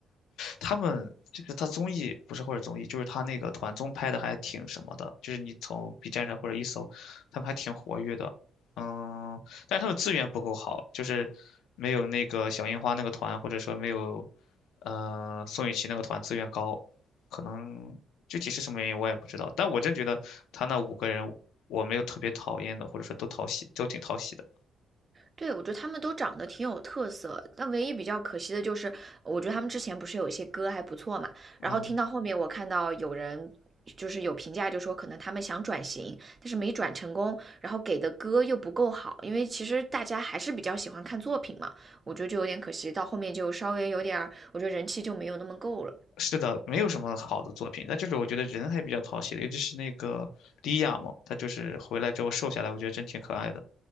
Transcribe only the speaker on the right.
对，我觉得他们都长得挺有特色，但唯一比较可惜的就是，我觉得他们之前不是有一些歌还不错嘛，然后听到后面我看到有人就是有评价就说可能他们想转型，
但是没转成功，然后给的歌又不够好，因为其实大家还是比较喜欢看作品嘛，我觉得就有点可惜，到后面就稍微有点儿我觉得人气就没有那么够了。